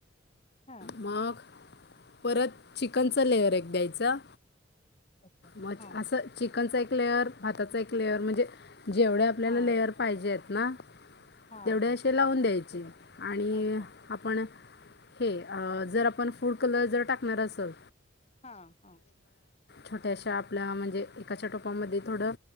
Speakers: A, on the left; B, on the left.
A: हां
B: मग परत चिकनचं लेअर ब्रेक द्यायचा
A: अच्छा
B: म
A: हां
B: असं चिकनचा एक लेअर भाताचा एक लेअर म्हणजे जेवढ्या आपल्याला
A: हां
B: लेअर पाहिजे आहेत ना
A: हां
B: तेवढे
A: हां
B: असे लावून द्यायचे आणि
A: अच्छा
B: आपण हे जर आपण फूड कलर जर टाकणार असल
A: हा हा
B: छोट्याशा आपल्या म्हणजे एकाच्या टोपामध्ये थोडं